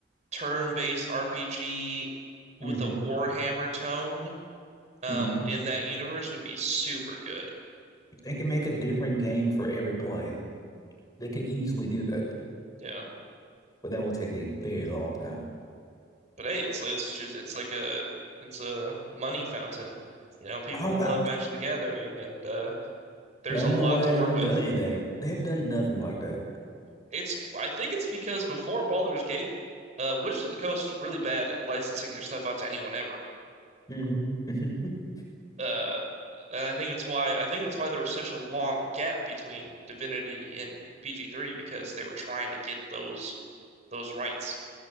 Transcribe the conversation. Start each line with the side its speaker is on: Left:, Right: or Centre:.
Right: turn-based RPG
Left: hmm
Right: with a Warhammer tone um
Left: hmm
Right: in that universe would be super good
Left: They can make a different game for every play. They could easily do that,
Right: yeah
Left: but that will take a very long time.
Right: But hey, it's it's just it's like a it's a money fountain. You know, people
Left: I don't, I,
Right: love Magic the Gathering, and uh, there's
Left: yeah, I don't
Right: a lot
Left: know why they
Right: to work
Left: haven't
Right: with.
Left: done anything. They have done nothing like that.
Right: It's I think it's because before Baldur's Gate, uh, Wizards of the Coast is really bad at licensing their stuff out to anyone ever.
Left: hmm <laughs>
Right: Uh, and I think it's why I think that's why there was such a long gap between Divinity and BG3 because they were trying to get those those rights.